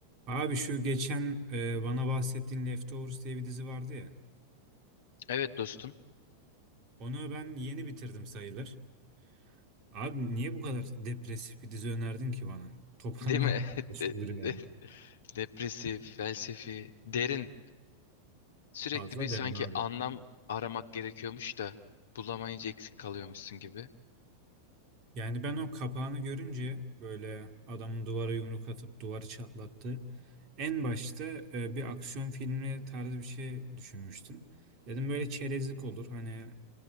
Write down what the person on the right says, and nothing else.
Abi şu geçen e, bana bahsettiğin Leftovers diye bir dizi vardı ya.
Onu ben yeni bitirdim sayılır. Abi niye bu kadar depresif bir dizi önerdin ki bana? Toparlanan
güldürüyor
<laughs> ya.
Fazla
derim abi.
Yani ben o kapağını görünce böyle adamın duvara yumruk atıp duvarı çatlattı. En başta e, bir aksiyon filmi tarzı bir şey düşünmüştüm. Dedim böyle çerezlik olur. Hani